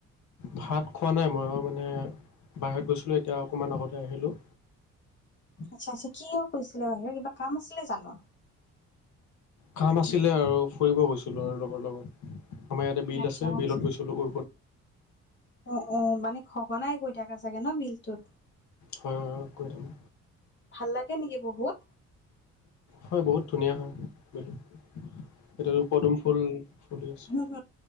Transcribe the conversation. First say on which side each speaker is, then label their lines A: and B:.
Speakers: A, on the left; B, on the left.
A: ভাত খোৱা নাই, ময়ো আৰু মানে বাহিৰত গৈছিলোঁ, এতিয়া অকণমান আগতে আহিলোঁ।
B: আচ্ছা, আচ্ছা কিয় গৈছিলা বাহিৰত, কিবা কাম আছিলে জানো?
A: কাম আছিলে আৰু ফুৰিব গৈছিলোঁ আৰু লগৰ লগত, আমাৰ ইয়াতে বিল
B: আচ্ছা
A: আছে
B: আচ্ছা
A: বিলত গৈছিলোঁ <inaudible>
B: অ', অ', মানে সঘনাই গৈ থাকা চাগে ন' বিলটোত?
A: হয়, হয়, গৈ থাকোঁ।
B: ভাল লাগে নেকি বহুত?
A: হয়, বহুত ধুনীয়া হয়, <unintelligible> এতিয়াতো পদুম ফুল ফুলি আছে।
B: উম,